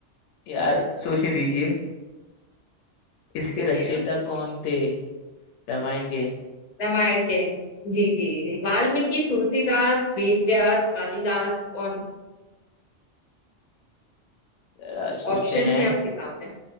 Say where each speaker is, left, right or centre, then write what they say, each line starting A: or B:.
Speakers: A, on the left; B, on the left.
A: यार सोचने दीजिए इसके
B: ठीक
A: रचयिता
B: है आप सोचिए
A: कौन थे रामायण के
B: रामायण के जी जी जी, वाल्मीकि तुलसीदास वेद व्यास कालिदास कौन
A: जरा सोचते
B: ऑप्शंस
A: हैं
B: हैं आपके सामने